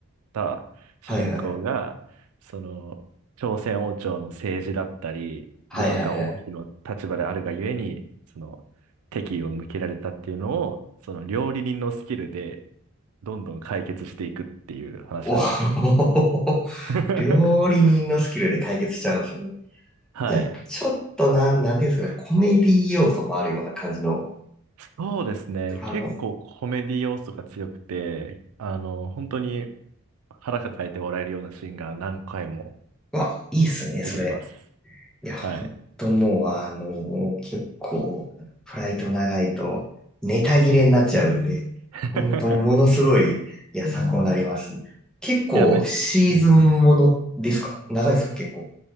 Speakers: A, on the right (about 80°); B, in the centre.
A: た主人公が、
B: はいはい。
A: その、朝鮮王朝の政治だったり、
B: はいはいはい。
A: 自分が王妃の立場であるがゆえに、その、敵意を向けられたっていうのを、その料理人のスキルでどんどん解決していくっていう話なんですよ。
B: おー
A: <laughs>
B: 料理人のスキルで解決しちゃうんですね。
A: はい。
B: じゃあ、ちょっとなん、なんていうんですかね、コメディ要素もあるような感じの
A: そうですね。
B: ドラマ。
A: 結構コメディ要素が強くて、あの、本当に腹抱えて笑えるようなシーンが何回も
B: わ、いいっすね、
A: 出てきます。
B: それ。いや、ほんともう、
A: はい。
B: あの結構、フライト長いと、ネタ切れになっちゃうんで、
A: <laughs>
B: ほんと、ものすごい、いや、参考になります。結構、
A: いや、めっちゃくちゃいい。
B: シーズンものですか長いですか結構。